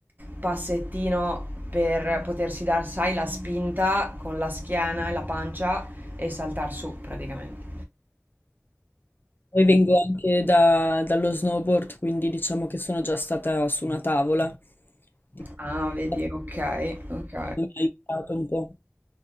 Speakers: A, on the right; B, on the left.
A: passettino per potersi dar, sai, la spinta con la schiena e la pancia e saltar su praticamente.
B: Poi vengo anche da- dallo snowboard, quindi diciamo che sono già stata su una tavola, di conseguenza
A: Ah, vedi, ok, ok.
B: mi ha aiutato un po'.